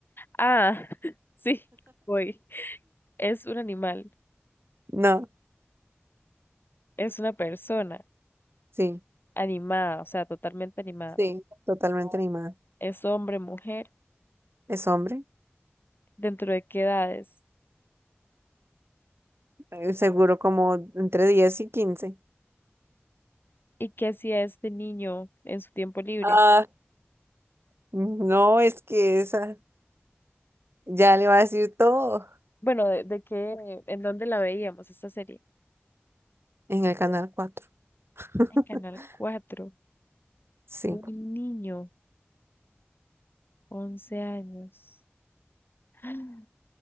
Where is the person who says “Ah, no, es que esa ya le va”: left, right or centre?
Right